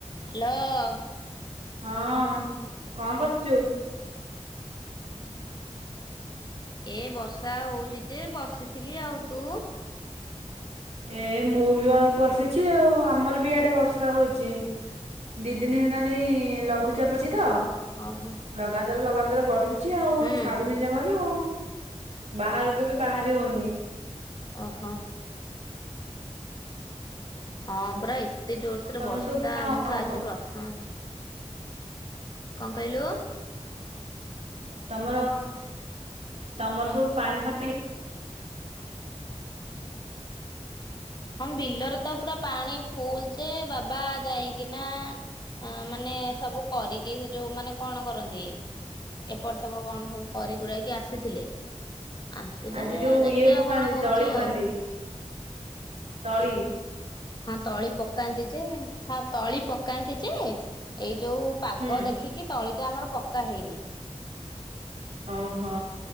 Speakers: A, on the left; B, on the right.
A: Hello.
B: ହଁ କଣ କରୁଛୁ?
A: ଏ ବର୍ଷା ହଉଚି ଯେ ବସିଥିଲି ଆଉ ତୁ?
B: ଏ ମୁଁ ବି ମୋର ବସିଛି ଆଉ, ଆମର ବି ଆଡେ ବର୍ଷା ହଉଛି। ଦି ଦିନ ହେଲାଣି ଲଘୁଚାପ ଅଛି ତ।
A: ଓହୋ।
B: ଲଗାତାର ଲଗାତାର ବର୍ଷୁଛି ଆଉ
A: ହୁଁ
B: ଛାଡୁନି ଜମାରୁ ଆଉ। ବାହାରକୁ ବି ବାହାରି ହଉନି।
A: ଓହୋ। ହଁ ପୁରା ଏତେ ଜୋର ସୋରରେ
B: ତମର
A: ବର୍ଷା
B: ସବୁ କଣ
A: ମୁଁ ତ ଆଜି ପ୍ରଥମ ଥର କଣ କହିଲୁ?
B: ତମର ତମର ସବୁ ପାଣି ଫା
A: ହଁ ବିଲରେ ତ ପୁରା ପାଣି ଫୁଲ ଯେ ବାବା ଯାଇକିନା ଅ ମାନେ ସବୁ କରିକି ସେ ଯୋଉ ମାନେ କଣ କରନ୍ତି, ଏପଟ ସେପଟ କଣ ସବୁ କରି କୁରା କି ଆସିଥିଲେ। ଆସିଥିଲେ
B: ଆଜି
A: ଯେ
B: ଯୋଉ
A: ଦେଖିବା
B: ଇଏ ପକାନ୍ତି
A: କଣ ହଉଛି
B: ତଳି ପକାନ୍ତି
A: ଆଉ।
B: ତଳି?
A: ହଁ ତଳି ପକାନ୍ତି ଯେ, ହଁ ତଳି ପକାନ୍ତି ଯେ ଏଇ ଯୋଉ ପାଗ
B: ହୁଁ
A: ଦେଖିକି ତଳିଟା ଆମର ପକା ହେଇନି।
B: ଓହୋ